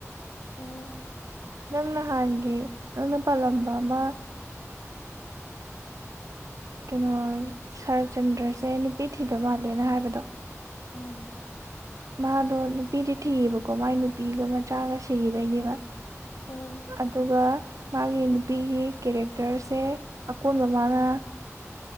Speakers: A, on the left (about 75°); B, on the right (about 80°).
A: ꯎ
B: ꯅꯪ ꯅꯍꯥꯟꯒꯤ ꯅꯪꯅ ꯄꯥꯜꯂꯝꯕ ꯑꯃ ꯀꯩꯅꯣ ꯁꯔꯆꯟꯗ꯭ꯔꯁꯦ ꯅꯨꯄꯤ ꯊꯤꯗ ꯃꯥꯜꯂꯦꯅ ꯍꯥꯏꯕꯗꯣ
A: ꯑꯥ
B: ꯃꯥꯗꯣ ꯅꯨꯄꯤꯗꯤ ꯊꯤꯌꯦꯕꯀꯣ ꯃꯥꯏ ꯅꯨꯄꯤꯒ ꯃꯆꯥꯒ ꯁꯤꯕꯩꯅꯦꯕ
A: ꯑꯣ
B: ꯑꯗꯨꯒ ꯃꯥꯒꯤ ꯅꯨꯄꯤꯒꯤ ꯀꯦꯔꯦꯛꯇꯔꯁꯦ ꯑꯀꯣꯟꯕ ꯃꯥꯅ